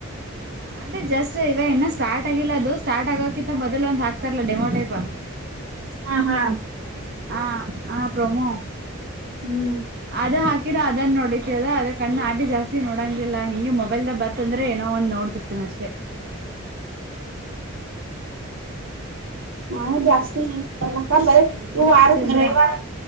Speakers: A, on the right; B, on the right.
A: ಹ ಅದೆ ಜಸ್ಟ್ ಇವ ಇನ್ನನ್ನು ಸ್ಟಾರ್ಟ್ ಆಗಿಲ್ಲ ಅದು ಸ್ಟಾರ್ಟ್ ಆಗಕ್ಕಿಂತ ಮೊದಲ್ ಒಂದ್ಾಕ ಹತರ್ಲ್ಲ ಡೆಮೋಟೈಪಾ
B: ಹಾ ಹಾ
A: ಹ ಹ ಪ್ರೊಮೋ
B: ಹ್ಮ್
A: ಅದು ಹಾಕ ಹಕಿರ ಅದನ್ನ ನೋಡಿತತದ ಅದಕ್ಕ ಅನ್ನ ಆಪಿ ಜಾಸ್ತಿ ನೋಡಂಗಿಲ್ಲ ಹಿಂಗೆ ಮೊಬೈಲ್ ದ ಬತ್ತಂದ್ರೆ ನ ಒಂದ್ ನೋಡ್ತಿರ್ತೇನ ಅಷ್ಟೆ
B: ನಾನು ಜಾಸ್ತಿ ಕ್ಕ ಬರ
A: ಅಡ್ಗಿ
B: ಇವು
A: ಮಾಡತಿ
B: ವಾರೈವಾರ
A: ಅಂದ್ರ